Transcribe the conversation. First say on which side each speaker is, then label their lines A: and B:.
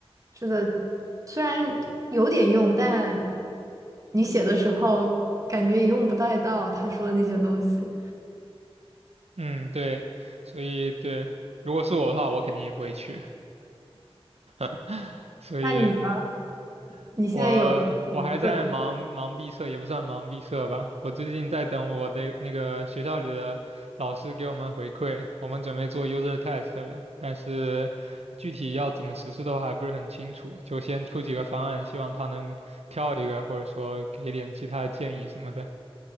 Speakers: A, on the right; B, on the right.
A: 是的，虽然有点用，但你写的时候感觉也用不太到他说的那些东西。
B: 嗯，对，所以对，如果是我的话，我肯定也不会去。<laughs> 所以嗯，
A: 那你呢？你现在有一个，
B: 我我还在忙忙毕设，也不算忙毕设吧。我最近在等我的那个学校里的老师给我们回馈，我们准备做 user test 了，但是具体要怎么实施的话还不是很清楚，就先出几个方案，希望他能挑一个，或者说给点其他的建议什么的。